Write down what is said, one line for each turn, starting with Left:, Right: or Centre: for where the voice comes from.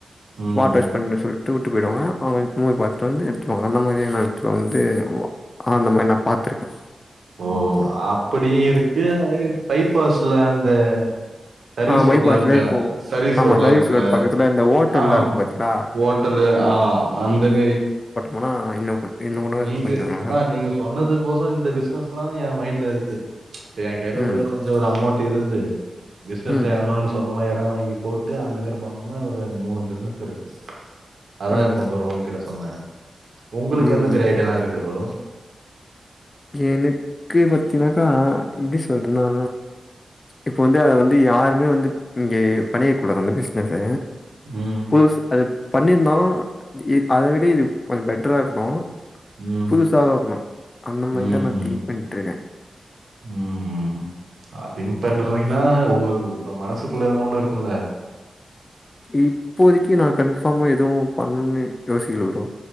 Right: ம்
Left: வாட்டர்
Right: ம்
Left: வாஷ் பண்ண சொல் ட்டு வுட்டு போய்டுவ அவுங்க மூவி பாத்துட்டு வந்து எடுத்துவாங்க அந்த மாரியான எடத்துல வந்து அந்த மாரி நா பாத்திருக்கேன்
Right: ஓ அப்படி இருக்கு அதே மாரி பைப்பாஸ்ல அந்த சர்வீஸ்
Left: ஆ பைபாஸ்லயே
Right: ரோட்லா இருக்கா
Left: இப்போ
Right: சர்வீஸ்
Left: ஆமா
Right: ரோட்லா
Left: சர்வீஸ்
Right: இருக்குல்ல
Left: ரோட் பக்கத்துல இந்த ஓட்டல்லா
Right: ஆ ஓட்
Left: இருக்கு பாத்தீங்களா
Right: ஓட்டலு ஆ அந்த மாரி
Left: ஆனா இன்னு கொ இன்னு கூட
Right: இங்கு
Left: கொஞ்சோ நல்லாருக்கு
Right: அதா நீங்க சொன்னதுக்கொச இந்த பிஸ்னஸ்ல்லா என் மைண்ட்ல இருக்கு ஏ கைல
Left: ம்
Right: ஒரு கொஞ்சோ ஒரு அமௌண்ட் இருந்து பிஸ்னஸ்ல
Left: ம்
Right: எறங்குனோன் வெச் சொந்தமா எடொ வாங்கி போட்டு அந்த மாரி பண்ணோன்னா ஒரு மூணு பிஸ்னஸ் இருக்கு அதா
Left: ம்
Right: இப்பொ புரோ உங்ககிட்ட சொன்ன உங்குளுக்கு
Left: ம்
Right: எந்த மாரி ஐடியால்லா இருக்கு ப்ரோ
Left: எனுக்கு பத்தினாக்கா எப்டி சொல்றதுனா இப்பொ வந்து அத வந்து யாருமே வந்து இங்கே பணீருக்கூடாது அந்த பிஸ்னஸ்ஸ
Right: ம்
Left: புதுசு அது பண்ணிர்ந்தாலு இ அத விட இது கொஞ்சொ பெட்டரா இருக்குனு
Right: ம்
Left: புதுசாவு க்கனு அந்த மாரிதா
Right: ம்
Left: நா
Right: ம்
Left: திங்க்
Right: ம்
Left: பண்ணிட்டுருக்கே
Right: ம் அ திங்க் பண்ணுறாங்கிளா உங்க இப்ப மனசுக்குள்ள எதனா ஒன்னு இருக்குல்ல
Left: இப்போதிக்கு நா கன்ஃபார்மா எதுவு பண்ணன் யோசிக்கல ப்ரோ